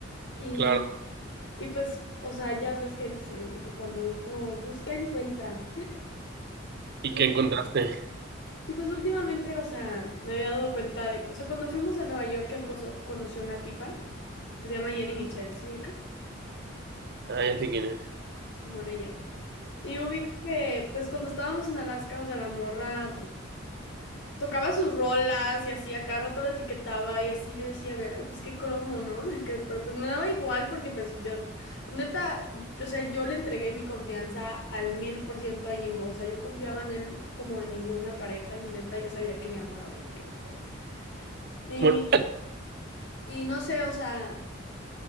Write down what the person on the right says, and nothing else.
Claro.
¿Y
qué encontraste?
Ah, ya sé quién es.
Bueno,